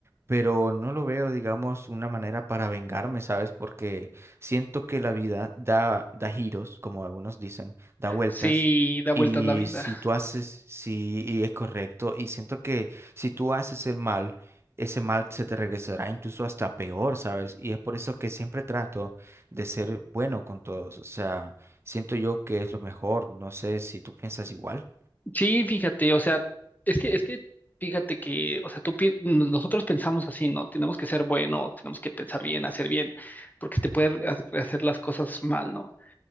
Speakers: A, on the right (about 30°); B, on the left (about 20°).
A: pero no lo veo, digamos, una manera para vengarme, ¿sabes? Porque siento que la vida da, da giros, como algunos dicen, da vueltas.
B: Sí, da vueltas
A: Y
B: la vida.
A: si tú haces, sí, y es correcto, y siento que si tú haces el mal, ese mal se te regresará incluso hasta peor, ¿sabes? Y es por eso que siempre trato de ser bueno con todos, o sea, siento yo que es lo mejor, no sé si tú piensas igual.
B: Sí, fíjate, o sea, es que, es que, fíjate que, o sea, tú, pi- nosotros pensamos así, ¿no? Tenemos que ser buenos, tenemos que pensar bien, hacer bien, porque te pueden ha- hacer las cosas mal, ¿no?